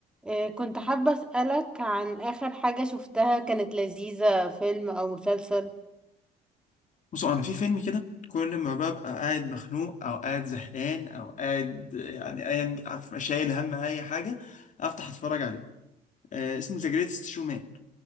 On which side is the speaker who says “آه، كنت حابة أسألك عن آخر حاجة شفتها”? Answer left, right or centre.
Centre